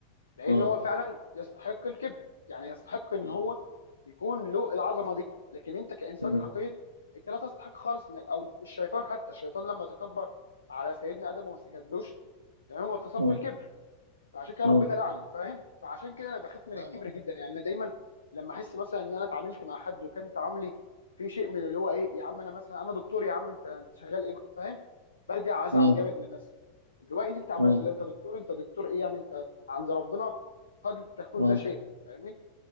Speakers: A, on the left; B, on the right.
A: لان
B: مم.
A: هو فعلا يستحق الكبر يعني يستحق ان
B: مم.
A: هو يكون له العظمه دي لكن انت كانسان
B: مم.
A: حقير انت لا تستحق خالص انك او الشيطان حتى الشيطان لما تكبر على سيدنا ادم وما سجدلوش يعني هو اتصف
B: مم.
A: بالكبر فعشان كده
B: مم.
A: ربنا لعنه فاهم فعشان كده انا بخاف من
B: فاهم
A: الكبر جدا يعني انا دايما لما احس مثلا ان انا اتعاملت مع حد وكان تعاملي في شيء من اللي هو ايه يا عم انا مثلا انا دكتور يا عم انت انت شغال ايه فاهم برجع ازعل
B: مم.
A: جامد من نفسي اللي هو ايه اللي انت عملته
B: مم.
A: ده انت دكتور انت دكتور ايه يعني انت عند ربنا قد تكون
B: مم.
A: لا شيء فاهمني